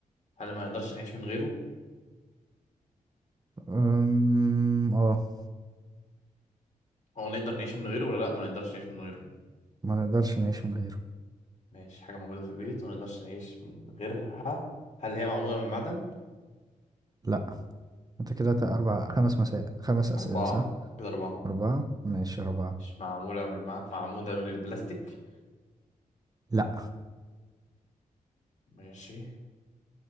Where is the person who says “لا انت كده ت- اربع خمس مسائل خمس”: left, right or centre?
Right